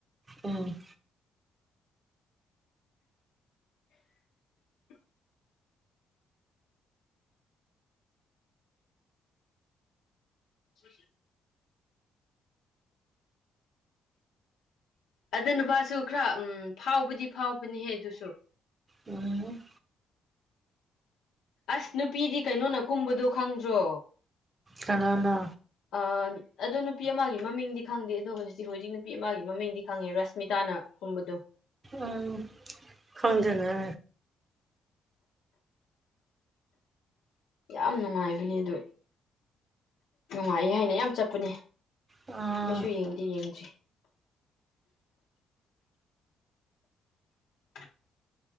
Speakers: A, on the right; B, on the left.
A: ꯎꯝ
B: ꯎ ꯁꯤ ꯑꯗ ꯅꯨꯄꯥꯁꯨ ꯈꯔ ꯎꯝ ꯐꯥꯎꯕꯗꯤ ꯐꯥꯎꯕꯅꯤꯍꯦ ꯑꯗꯨꯁꯨ
A: ꯎꯝ
B: ꯑꯁ ꯅꯨꯄꯤꯗꯤ ꯀꯩꯅꯣꯅ ꯀꯨꯝꯕꯗꯣ ꯈꯪꯗ꯭ꯔꯣ
A: ꯀꯅꯥꯅꯣ
B: ꯑ ꯑꯗꯨꯗꯅ ꯄꯤ ꯑꯦꯝꯒꯤ ꯃꯃꯤꯡꯗꯤ ꯈꯪꯗꯦ ꯑꯗꯣ ꯍꯧꯖꯤꯛ ꯍꯧꯖꯤꯛ ꯅꯨꯄꯤ ꯑꯃꯒꯤ ꯃꯃꯤꯡꯗꯤ ꯈꯪꯉꯦ ꯔꯁꯃꯤꯇꯥꯅꯒꯨꯝꯕꯗꯣ
A: ꯎꯝ ꯈꯪꯗꯅꯦ
B: ꯌꯥꯝ ꯅꯨꯡꯉꯥꯏꯕꯅꯦ ꯑꯗꯨ ꯅꯨꯡꯉꯥꯏ ꯍꯥꯏꯅ ꯌꯥꯝ ꯆꯠꯄꯅꯦ ꯑꯩꯁꯨ
A: ꯑꯥ
B: ꯌꯦꯡꯗꯦ ꯌꯦꯡꯁꯤ <unintelligible>